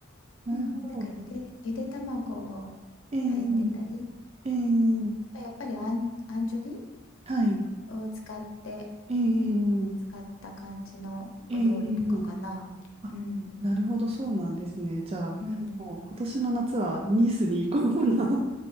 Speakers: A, on the right (about 30°); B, on the left (about 75°).
A: なるほど。
B: うん。なんかゆで、ゆで卵を
A: えー、
B: 入ってたり、
A: えー、
B: やっぱりアン、アンチョビ
A: はい。
B: を使って、
A: えー、
B: 使った感じのお料理とかかな。
A: えー、あなるほど、
B: うん。
A: そうなんですね。じゃあ、
B: うん。
A: もう今年の夏はニースに行こうかな。